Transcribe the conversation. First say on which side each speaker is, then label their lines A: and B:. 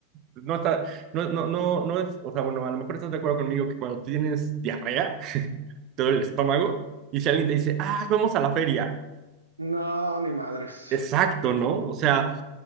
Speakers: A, on the right (about 35°); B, on the right (about 85°).
A: no está, no, no, no, no es, o sea, bueno, a lo mejor estás de acuerdo conmigo que cuando tienes diarrea, te duele el estómago, y si alguien te dice, ay, vamos a la feria,
B: No, ni madres.
A: exacto, ¿no? O sea,